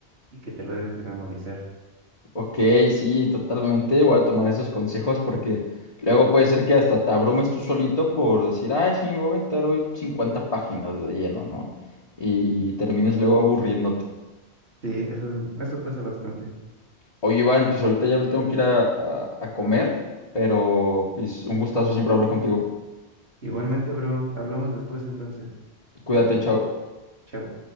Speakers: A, on the right (about 80°); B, on the left (about 35°).
A: y que te lo debes de memorizar.
B: Ok, sí, totalmente. Voy a tomar esos consejos porque luego puede ser que hasta te abrumes tú solito por decir, ay, sí, me voy a aventar hoy 50 páginas de lleno, ¿no? Y termines luego aburriéndote.
A: Sí, eso, eso pasa bastante.
B: Oye, Iván, pues ahorita ya me tengo que ir a, a- a comer, pero pues un gustazo siempre hablar contigo.
A: Igualmente, bro, hablamos después entonces.
B: Cuídate, chao.
A: Chao.